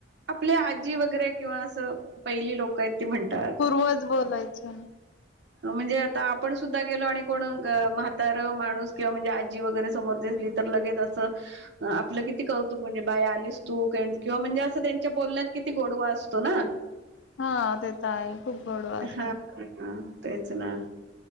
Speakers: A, on the right; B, on the left.
A: आपली आजी वगैरे किंवा असं पहिली लोक आहेत ती म्हणतात.
B: होच बोलायचं
A: म्हणजे आता आपण सुद्धा गेलो आणि कोण म्हातार माणूस किंवा म्हणजे आजी वगैरे समोर असली तर लगेच असं आपलं किती कौतुक म्हणजे बाय आलीस तू किंवा म्हणजे असं त्यांच्या बोलण्यात किती गोडवा असतो ना,
B: हा ते तर आहे खूप गोडवा असतं
A: हा. ह तेच ना